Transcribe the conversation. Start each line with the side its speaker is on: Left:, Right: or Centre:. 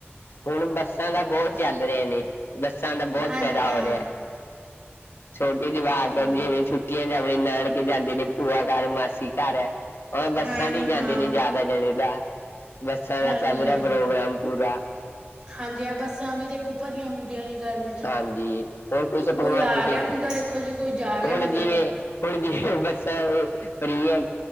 Left: ਹੁਣ ਬੱਸਾਂ ਦਾ ਬਹੁਤ ਚੱਲ ਰਹੇ ਨੇ। ਬੱਸਾਂ ਦਾ ਬਹੁਤ
Right: ਹਾਂਜੀ
Left: ਫਾਇਦਾ
Right: ਹਾਂ
Left: ਹੋ ਰਿਹਾ। ਛੋਟੇ ਜਵਾਕ
Right: ਹਾਂ-
Left: ਜਿਵੇਂ, ਛੁੱਟੀਆਂ ਚ ਆਪਣੇ ਨਾਨਕੇ ਜਾਂਦੇ ਨੇ, ਭੂਆ ਘਰ, ਮਾਸੀ ਘਰ। ਔਰ ਬੱਸਾਂ
Right: ਹਾਂਜੀ
Left: ਤੇ ਹੀ, ਜਾਂਦੇ
Right: ਹਾਂ
Left: ਨੇ, ਜ਼ਿਆਦਾ ਜਣੇ ਦਾ। ਬੱਸਾਂ
Right: ਹਾਂਜੀ-
Left: ਦਾ ਚੱਲ ਰਿਹਾ
Right: ਹਾਂਜੀ,
Left: ਪ੍ਰੋਗਰਾਮ ਪੂਰਾ
Right: ਹਾਂਜੀ ਹ ਬੱਸਾਂ ਵੀ ਦੇਖੋ ਭਰੀਆਂ ਹੁੰਦੀਆਂ ਨੇ। ਗਰਮੀ 'ਚ
Left: ਹਾਂਜੀ, ਹੁਣ ਕੁਛ
Right: ਕੋਈ
Left: ਭਗਵੰਤ
Right: ਆ
Left: ਸਿੰਘ।
Right: ਰਿਹਾ ਹੁੰਦਾ ਦੇਖੋ ਜੀ ਕੋਈ ਜਾ ਰਿਹਾ
Left: ਹੁਣ
Right: ਹੁੰਦਾ
Left: ਜਿਵੇਂ, ਹੁਣ ਜਿਵੇਂ। ਬੱਸਾਂ ਇਹ ਫਰੀ ਹੈ।